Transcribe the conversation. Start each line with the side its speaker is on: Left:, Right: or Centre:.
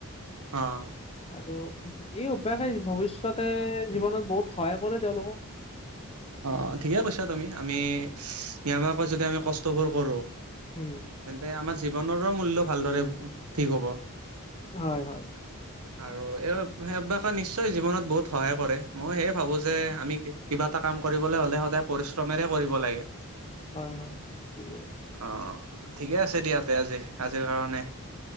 Right: অ'
Left: আৰু এই অভ্যাসে ভৱিষ্যতে জীৱনত বহুত সহায় কৰে তেওঁলোকক
Right: অ, ঠিকেই কৈছা তুমি আমি নিয়মাকৈ যদি আমি কষ্টবোৰ কৰোঁ
Left: ওম
Right: তেন্তে আমাৰ জীৱনৰো মূল্য ভালদৰে ঠিক হ'ব।
Left: হয় হয়
Right: আৰু এই সেইবাকে নিশ্চয় জীৱনত বহুত সহায় কৰে মই সে ভাবো যে আমি কিবা এটা কাম কৰিবলৈ হ'লে সদায় পৰিশ্ৰমেৰে কৰিব লাগে।
Left: হয় হয় হয় ঠিকে আছে
Right: অ', ঠিকে আছে দিয়া তে আজি আজিৰ কাৰণে